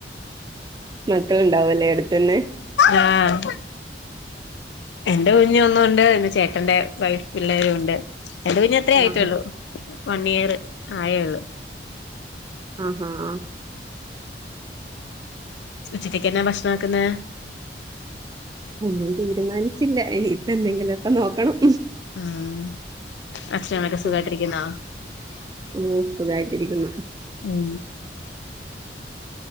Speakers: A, on the right; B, on the left.
A: മക്കളുണ്ടാവുല്ലേ അടുത്ത്ന്ന്
B: ആഹ് ആഹ് എന്റെ കുഞ്ഞ് ഒന്നുണ്ട് പിന്നെ ചേട്ടന്റെ വൈഫ് പിള്ളേരുണ്ട് ഇന്റെ കുഞ് അത്രേ ആയിട്ടുള്ളൂ
A: ആഹ്
B: വൺ ഇയർ ആയേള്ളൂ
A: ആഹ് ആഹ് ആ
B: ഉച്ചത്തേക്ക് എന്നാ ഭക്ഷണാക്കുന്നെ
A: ഒന്നും തീരുമാനിച്ചില്ല ഇനിയിപ്പ എന്തെങ്കിലൊക്കെ നോക്കണം
B: ഉം അച്ഛനമ്മൊക്കെ സുഖായിട്ടിരിക്കുന്നാ
A: ഉം ഓ സുഖായിട്ടിരിക്കുന്നു
B: ഉം